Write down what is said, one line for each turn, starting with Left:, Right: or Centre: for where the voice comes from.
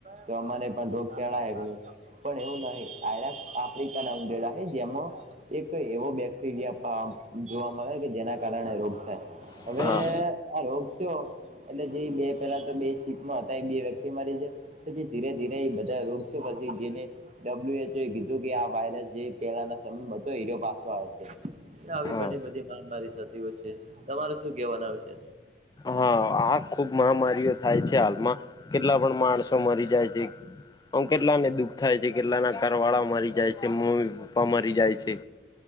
Right: તો અમાને પણ રોગ ચાડા હે પણ એવું ન આ આફ્રિકા ના ઉેડા છે જેમાં એક એવો બેગ બેક્ટેરિયા ફમ જોવા મળે કે જેના કારણે રોગ થાય
Left: હા
Right: હવે આ રોગ શો એટલે જે બે પેલા તો બે સીપમાં હતા એ બે વ્યક્તિ મારી જય પછી ધીરે ધીરે એ બધા રોગ છેો પછી જેને ડબલ્યુ એચ એ કીધું કે આ વાયરસ જે પેલાના સમયમાં તો હરો પાસો આવે છે. આવી
Left: હા
Right: ઘણી બધી મહામારી થતી હોય છે તમારે શું કેવાના હશે.
Left: હા આ ખુબ મહામારીઓ થાય છે. હાલમાં કેટલા પણ માણસો મરી જાય છે. હ કેટલાને દુઃખ થાય છે કેટલાના ઘર વાળા મરી જાય છે મમ્મી પપ્પા મરી જાય છે.